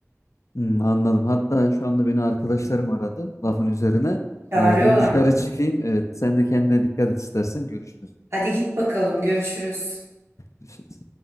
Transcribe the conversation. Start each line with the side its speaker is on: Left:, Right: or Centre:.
Left: Hmm, anladım. Hatta şu anda beni arkadaşlarım aradı lafın üzerine.
Right: Çağırıyorlar
Left: E, ben dışarı
Right: mı?
Left: çıkayım. Evet, sen de kendine dikkat et istersen görüşürüz.
Right: Hadi git bakalım görüşürüz.
Left: Görüşürüz.